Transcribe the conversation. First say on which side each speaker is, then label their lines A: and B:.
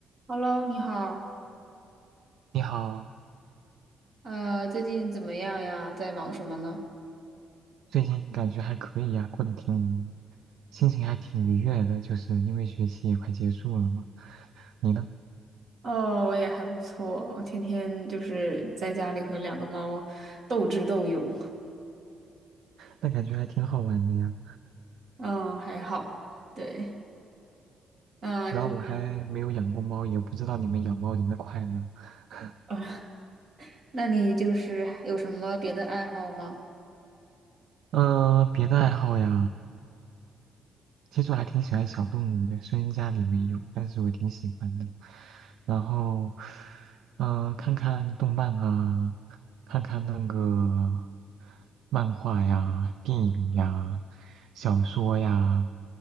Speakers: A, on the right; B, on the right.
A: Hello，你好，
B: 你好，
A: 呃，最近怎么样呀？在忙什么呢？
B: 最近感觉还可以呀、过得挺，心情还挺愉悦的，就是因为学期也快结束了嘛。你呢？
A: 哦，我也还不错，我天天就是在家里和两个猫斗智斗勇，
B: 那感觉还挺好玩的呀。
A: 嗯，还好，对，嗯，
B: 主要我还没有养过猫，
A: 你，
B: 也不知道你们养猫人的快乐。<laughs>
A: <laughs> 那你就是有什么别的爱好吗？
B: 嗯、别的爱好呀，其实我还挺喜欢小动物的，虽然家里没有，但是我挺喜欢的。然后，嗯，看看动漫啊，看看那个漫画呀、电影呀、小说呀，